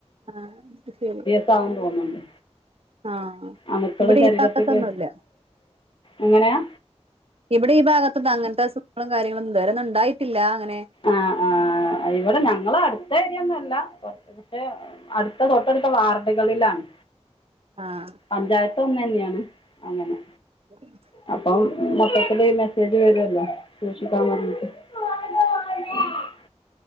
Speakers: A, on the right (about 60°); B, on the left (about 50°).
A: ആഹ് <unintelligible>
B: <unintelligible> ആവും തോന്ന്ണ്ട്,
A: ആഹ്
B: അണുക്കള്
A: ഇവിടെ
B: ശരീരത്ത്ക്ക്
A: ഈ ഭാഗത്തൊന്നുല്ല
B: എങ്ങനെയാ?
A: ഇവിടെ ഈ ഭാഗത്ത് ഒന്നു അങ്ങൻത്തെ അസുഖങ്ങളും കാര്യങ്ങളൊന്നും ഇതുവരെ ഒന്നു ഇണ്ടായിട്ടില്ല അങ്ങനെ.
B: ആഹ്, ആഹ് ഇവിടെ ഞങ്ങള് അട്ത്ത ഏരിയൊന്നു അല്ല പൊർത്ത് പക്ഷെ അടുത്ത തൊട്ടടുത്ത വാർഡ്കളിലാണ്.
A: ആഹ
B: പഞ്ചായത്ത് ഒന്ന് തന്നെയാണ് അങ്ങനെ
A: <inaudible>
B: അപ്പം മൊത്തത്തില്ഈ മെസ്സേജ് വരുല്ലോ സൂക്ഷിക്കാൻ പറഞ്ഞിട്ട് <unintelligible>